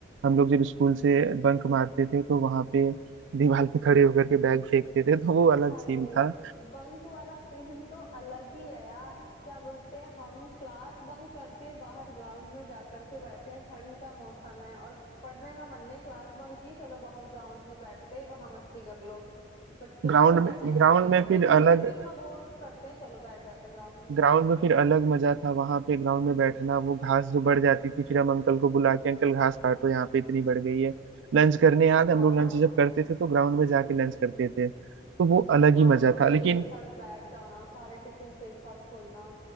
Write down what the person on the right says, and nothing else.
हम लोग जब स्कूल से बंक मारते थे तो वहां पे दीवार पे खड़े होकर के बैग फेंकते थे तो वो अलग
सीन था
ग्राउंड
में
ग्राउंड
में फिर
अलग
ग्राउंड में फिर अलग मजा था वहां पे ग्राउंड में बैठना वो घास जो बढ़ जाती थी फिर हम अंकल को बुला के अंकल घास काटो यहाँ पे इतनी बढ़ गई है लंच करने याद है,
हम लोग लंच जब करते थे तो ग्राउंड में जाके लंच करते थे तो वो अलग
ही मजा
था लेकिन